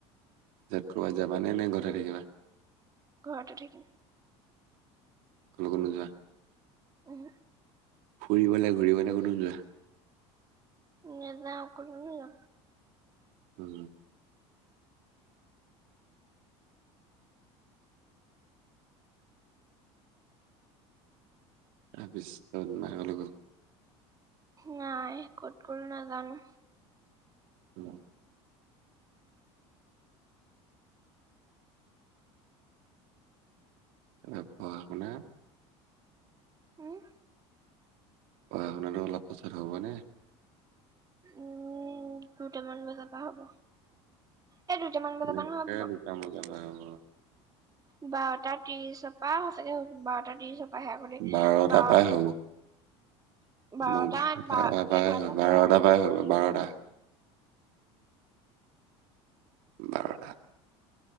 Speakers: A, on the right; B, on the right.
A: তাৰ পিছত ক'ৰবাত যাবানে নে ঘৰত থাকিবা?
B: ঘৰতে থাকিম।
A: কলৈকো নুযোৱা?
B: উম
A: ফুৰিবাই ঘূৰিবলৈ কতো নযোৱা?
B: নাযাওঁ ক'তো।
A: উম। পাৰ পিছত মা কলৈ গ'ল?
B: নাই ক'ত গ'ল নাজানো।
A: উম। তাৰ পিছত পঢ়া শুনা।
B: উম
A: পঢ়া শুনাতটো অলপ পিছত হ'ব নে?
B: উম, দুটামান বজাৰ পা হ'ব। এই দুটামান
A: তেনেকে
B: বজাৰ পৰা নহয়
A: দুটা মজা হয় হ'ব।
B: বাৰটা ত্ৰিশৰ পৰা সচাগে বাৰটা ত্ৰিশৰ পৰা আহে আগি
A: বাৰটা
B: বাৰ
A: পাই হ'ব
B: বাৰটা
A: মোৰ বাৰটাৰ
B: বা
A: পৰাই
B: এঘাৰটা
A: বাৰটাৰ
B: দহ
A: পৰাই হৈ বাৰটা বাৰটা।